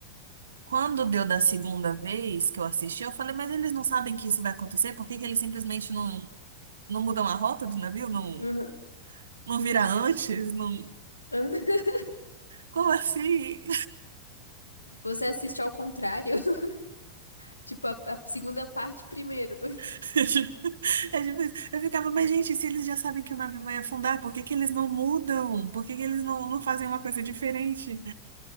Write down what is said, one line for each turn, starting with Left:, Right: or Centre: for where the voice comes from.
Right: Quando deu da segunda vez que eu assisti, eu falei, mas eles não sabem que isso vai acontecer? Por que que eles simplesmente não, não mudam a rota do navio? Não,
Left: Uhum.
Right: não vira antes? Não...
Left: <laughs>
Right: Como assim?
Left: Você assiste ao contrário, <laughs> tipo a, a segunda parte primeiro.
Right: <laughs> É tipo isso. Eu ficava, mas gente, se eles já sabem que o navio vai afundar, por que que eles não mudam? Por que que eles não, não fazem uma coisa diferente?